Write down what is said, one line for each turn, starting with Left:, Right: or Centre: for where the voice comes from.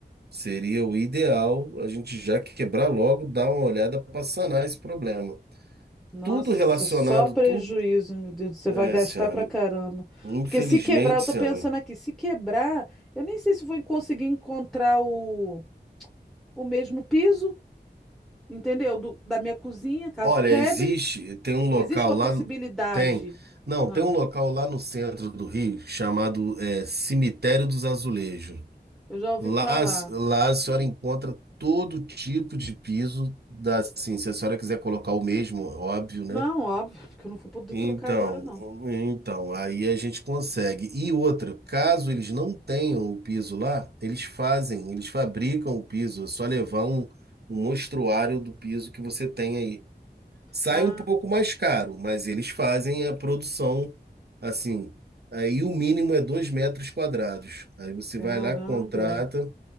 Right: seria o ideal a gente já quebrar logo, dar uma olhada para sanar esse problema.
Centre: Nossa,
Right: Tudo relacionado,
Centre: só prejuízo,
Right: tudo.
Centre: meu Deus. Você
Right: É,
Centre: vai gastar
Right: senhora,
Centre: pra caramba.
Right: infelizmente,
Centre: Porque se quebrar, eu tô
Right: senhora.
Centre: pensando aqui, se quebrar, eu nem sei se vou conseguir encontrar o, o mesmo piso, entendeu? Do- da minha cozinha, caso
Right: Olha,
Centre: quebre.
Right: existe, tem um local
Centre: Existe uma
Right: lá,
Centre: possibilidade.
Right: tem. Não,
Centre: Ah,
Right: tem um local lá no centro do Rio chamado é, Cemitério dos Azulejos.
Centre: eu já ouvi
Right: Lá,
Centre: falar.
Right: lá a senhora encontra todo tipo de piso, da, assim, se a senhora quiser colocar o mesmo, óbvio, né?
Centre: Não, óbvio, <laughs> porque eu não vou poder
Right: Então,
Centre: trocar agora, não.
Right: então, aí a gente consegue. E outra, caso eles não tenham o piso lá, eles fazem, eles fabricam o piso, é só levar um, um mostruário do piso que você tem aí. Sai
Centre: Ah,
Right: um pouco mais caro, mas eles fazem a produção, assim, aí o mínimo é dois metros quadrados. Aí você
Centre: caramba.
Right: vai lá, contrata.